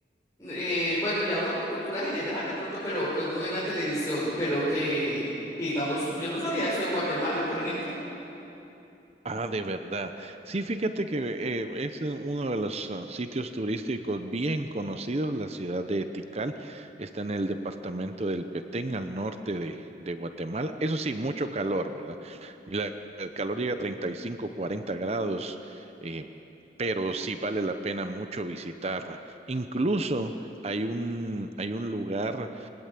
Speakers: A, on the left; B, on the right.
A: Eh, bueno, ya uno por cultura general de pronto, pero que uno ve en la televisión, pero que, que digamos, yo no sabía eso de Guatemala, por ejemplo.
B: Ah, de verdad. Sí, fíjate que eh, es uno de los ah, sitios turísticos bien conocidos, la ciudad de Tikal. Está en el departamento del Petén, al norte de, de Guatemala. Eso sí, mucho calor, ¿verdad? Y la- el calor llega a 35, 40 grados, eh, pero sí vale la pena mucho visitarla. Incluso hay un, hay un lugar